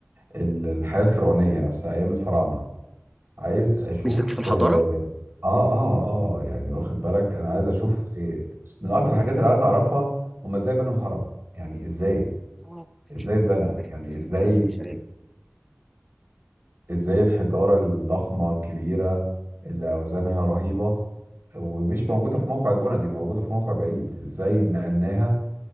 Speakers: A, on the right; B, in the centre.
A: ال- الحياة الفرعونية نفسها ايام الفراعنة عايز اشوف
B: نفسك تشوف الحضاره
A: اه اه اه آه، يعني واخد بالك انا عايز اشوف إيه. من اكتر الحاجات اللي عايز اعرفها هما ازاي بنوا الهرم يعني ازاي
B: آه.
A: ازاي اتبنى
B: نفسك
A: يعني
B: تخليني
A: ازاي
B: في البشريه
A: ازاي الحجارة الضخمة الكبيرة اللي اوزانها رهيبة ومش
B: م-
A: موجودة في موقع البنى دي موجودة في موقع بعيد ازاي نقلناها